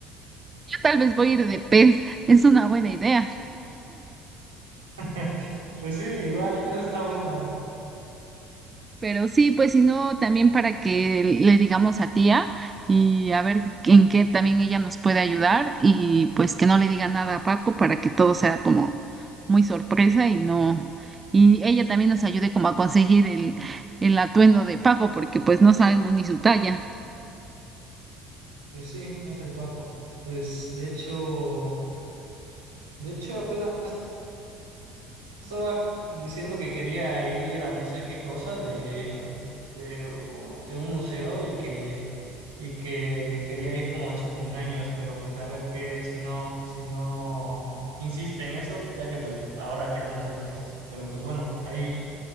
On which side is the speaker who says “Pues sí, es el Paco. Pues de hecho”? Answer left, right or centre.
Right